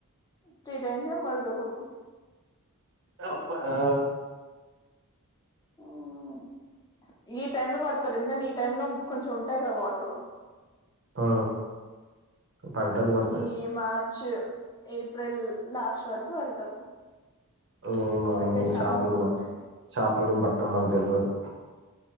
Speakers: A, on the left; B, on the right.
A: త్రీ టైమ్స్ ఏమో పడతారు
B: టబ్ ఆ
A: ఉమ్ ఏ టైమ్ లో పడతారు ఎందుకంటే ఈ టైంలో కొంచెం ఉంటాయి కదా వాటర్
B: ఆ పడేటోళ్ళు పడతారు
A: ఈ మార్చు ఏప్రిల్ లాస్ట్ వరకు పడతారు
B: మేము
A: పట్టే
B: మి
A: ఛాన్సెస్
B: షాపులు
A: ఉంటాయి
B: షాపులం బట్టం మాకు తెలియదు